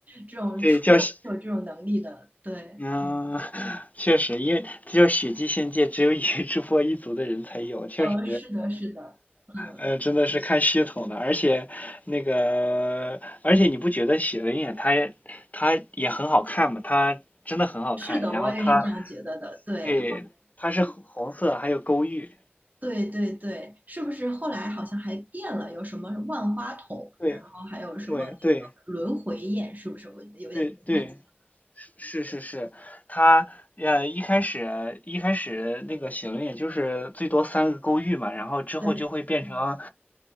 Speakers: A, on the right; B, on the left.
A: 这种出
B: 对，叫喜
A: 生就有这种能力的。对，
B: 嗯，<laughs> 确实，因为只有血祭仙界只有宇智波一族的人才有，确实，
A: 呃，是的，是的，嗯，
B: 呃，真的是看系统的，而且那个，而且你不觉得写轮眼它也它也很好看吗？它真的很好看，
A: 是的，
B: 然后它
A: 我也是这样觉得的。对。
B: 对它是红红色，还有勾玉，
A: 对对对，是不是后来好像还变了？有什么万花筒，
B: 对
A: 然后还有什么那个轮回宴，
B: 对对
A: 是不是？我有点不太清。
B: 对对，是是是，它呃一开始一开始那个写轮眼就是最多三个勾玉嘛，然后之后就会变成
A: 对